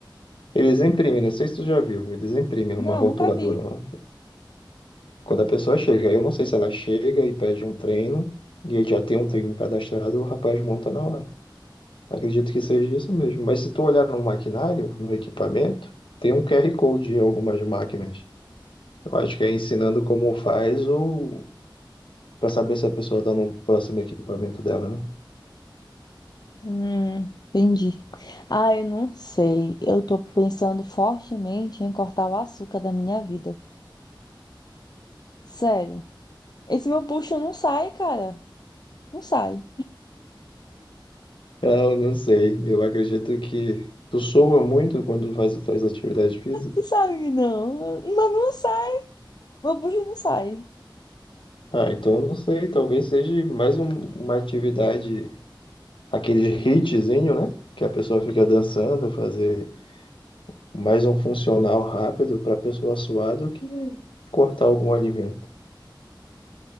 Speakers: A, on the left; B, on the left.
A: Eles imprimem, não sei se tu já viu, eles imprimem
B: Não,
A: uma rotuladora
B: nunca vi.
A: lá. Quando a pessoa chega, eu não sei se ela chega e pede um treino, e aí já tem um treino cadastrado, o rapaz monta na hora. Acredito que seja isso mesmo. Mas se tu olhar no maquinário, no equipamento, tem um QR Code em algumas máquinas. Eu acho que é ensinando como faz ou para saber se a pessoa está no próximo equipamento dela, né?
B: Hum, entendi. Ah, eu não sei. Eu tô pensando fortemente em cortar o açúcar da minha vida. Sério. Esse meu bucho não sai, cara. Não sai.
A: É, Eu não sei. Eu acredito que tu soa muito quando faz as tuas atividades físicas.
B: Não sai, não. Mas não sai. Meu bucho não sai.
A: Ah, então eu não sei, talvez seja mais um- uma atividade, aquele hitzinho, né? Que a pessoa fica dançando, fazer mais um funcional rápido para a pessoa suar do que cortar algum alimento.